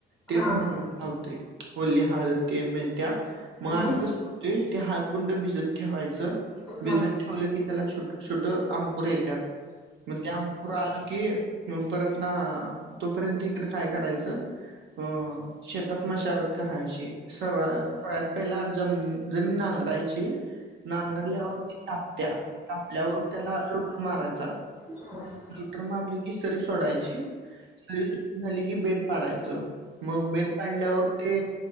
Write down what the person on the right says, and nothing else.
ते
पण हळद लावतोय ओली हळद ते मिळतया मगं
आम्ही कसं. - ते हळकुंड भिजत ठेवायचं
भिजत. - ठेवलं की, त्याला छोटं छोटं अंकूर येत्यात. - मग ते अंकुर आल की मगं परत ना अ तोपर्यंत इकडं काय? करायचं. - अ शेतात मशागतं. - करायची स सगळ्यात पहिला ज जमीन नांगरायची. - नांगरल्यावर ती तापत्या तापल्यावर त्याला लोट मारायचा
रुटर मारली की सरी सोडायची सरी सोडून झाली कि बेड पाडायचं मग बेड पाडल्यावर ते